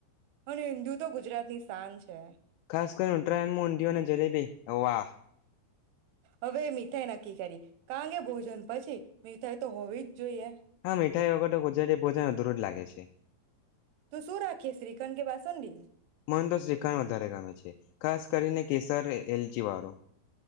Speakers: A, on the right; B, on the left.
A: અને હિન્દુ તો ગુજરાત ની તાણ છે.
B: ખાસ કરીને ઉત્તરાયણમાં ઊંધિયુ અને જલેબી. વાહ.
A: હવે, મીઠાઈ નક્કી કરીએ. કાંગે ભોજન પછી, મીઠાઈ તો હોવી જ જોઈએ
B: હા, મીઠાઈ વગર ગુજરાતી ભોજન અધુરૂજ લાગે. ગે છે.
A: તો શું રાખીએ શ્રીખંડ કે બાસુંદી
B: મને તો શ્રીખંણ વધારે ગમે છે, ખાસ કરીને કેસર એલચી વાળો.